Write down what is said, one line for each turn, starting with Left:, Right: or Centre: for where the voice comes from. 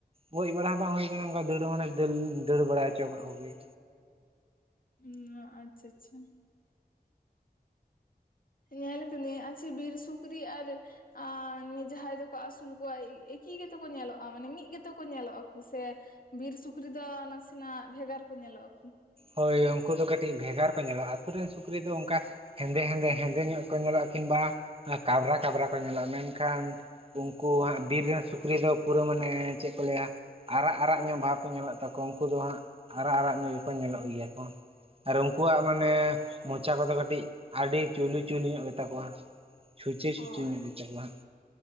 Right: ᱜᱚᱡ ᱵᱟᱲᱟ ᱫᱚ ᱦᱩᱭ ᱟᱠᱟᱱᱟ ᱚᱱᱠᱟ ᱫᱟᱹᱲ ᱦᱚᱞᱮ ᱫᱟ. ᱲ ᱫᱟᱹᱲ ᱵᱟᱲᱟ ᱦᱚᱪᱚ ᱠᱟ ᱠᱚᱜᱮ ᱭᱟ᱾
Left: ᱩᱢ. ᱟᱪᱪᱷᱟ ᱪᱷᱟ ᱧᱮᱞ ᱠᱟᱱᱤᱧ ᱟᱪᱷᱮ ᱵᱤᱨ ᱥᱩᱠᱨᱤ ᱟᱨ ᱟᱨ ᱡᱟᱦᱟᱭ ᱫᱚᱠᱚ ᱟᱥᱩᱞ ᱠᱚᱣᱟ ᱮᱠᱤ ᱜᱮᱛ ᱠᱚ ᱧᱮᱞᱚᱜ-ᱟ ᱢᱟᱱᱮ ᱢᱤᱫ ᱜᱮᱛ ᱠᱚ ᱧᱮᱞᱚ ᱟᱠᱩ ᱥᱮ᱾ ᱵᱤᱨ ᱥᱩᱠᱨᱤ ᱫᱚ ᱱᱟᱥᱮᱱᱟᱜ ᱵᱷᱮᱜᱟᱨ ᱠᱚ ᱧᱮᱞᱚᱜ ᱟᱠᱩ᱾
Right: ᱦᱚᱭ ᱩᱱᱠᱩ ᱫᱚ ᱠᱟᱹᱴᱤᱡ ᱵᱷᱮᱜᱟᱨ ᱠᱚ ᱧᱮᱞᱚᱜ-ᱟ ᱟᱛᱩ ᱨᱮᱱ ᱥᱩᱠᱨᱤ ᱫᱚ ᱚᱱᱠᱟ ᱦᱮᱸᱫᱮ ᱦᱮᱸᱫᱮ ᱦᱮᱸᱫᱮ ᱧᱚᱜ ᱠᱚ ᱧᱮᱞᱚᱜ-ᱟ ᱠᱤᱢᱵᱟ ᱠᱟᱵᱽᱨᱟ ᱠᱟᱵᱽᱨᱟ ᱠᱚ ᱧᱮᱞᱚᱜᱼᱟ ᱢᱮᱱᱠᱷᱟ. ᱱ᱾ ᱩᱱᱠᱩ ᱦᱟᱸᱜ ᱵᱤᱨ ᱨᱮᱱ ᱥᱩᱠᱨᱤ ᱫᱚ ᱯᱩᱨᱟᱹ ᱢᱟᱱᱮ ᱪᱮᱫ ᱠᱚ ᱞᱟᱹᱭᱟ᱾ ᱟᱨᱟᱜ ᱟᱨᱟᱜ ᱧᱚᱜ ᱵᱟᱦᱵᱽ ᱠᱚ ᱧᱮᱞᱚᱜ ᱛᱟᱠᱚᱣᱟ ᱩᱱᱠᱩ ᱫᱚ ᱦᱟᱸ ᱟᱨᱟᱜ ᱟᱨᱟᱜ ᱧᱚᱜ᱾ ᱧᱮᱞᱚᱜ ᱜᱮᱭᱟ ᱠᱚ ᱟᱨ ᱩᱱᱠᱩᱣᱟᱜ ᱢᱟᱱᱮ᱾ ᱢᱚᱪᱟ ᱠᱚᱫᱚ ᱠᱟᱴᱤᱡ ᱟᱰᱤ ᱪᱩᱭᱞᱩ ᱪᱩᱭᱞᱩ ᱧᱚᱜ ᱜᱮᱛᱟ ᱠᱚᱣᱟ᱾ ᱪᱷᱩᱪᱟ. ᱪᱷᱩᱪᱟ.
Left: ᱚ ᱚ
Right: ᱧᱚᱜ ᱜᱮᱛᱟ ᱠᱚᱣᱟ ᱦᱟᱸᱜ